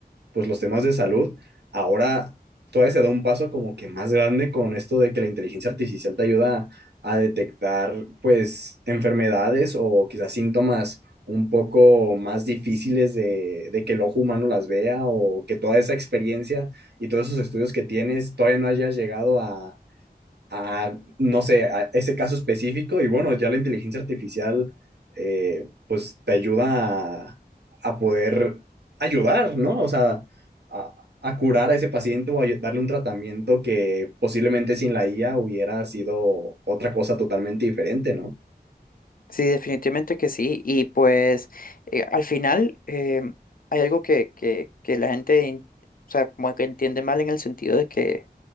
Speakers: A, on the right (about 85°); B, on the left (about 60°).
A: pues, los temas de salud, ahora todavía se da un paso como que más grande con esto de que la inteligencia artificial te ayuda a detectar, pues, enfermedades o quizás síntomas un poco más difíciles de, de que el ojo humano las vea o que toda esa experiencia y todos esos estudios que tienes todavía no hayas llegado a, a no sé, a ese caso específico y bueno, ya la inteligencia artificial eh, pues te ayuda a, a, poder ayudar, ¿no? O sea, a, a curar a ese paciente o a darle un tratamiento que posiblemente sin la IA hubiera sido otra cosa totalmente diferente, ¿no?
B: Sí, definitivamente que sí. Y pues, eh, al final, em, hay algo que, que, que la gente, in- o sea, como que entiende mal en el sentido de que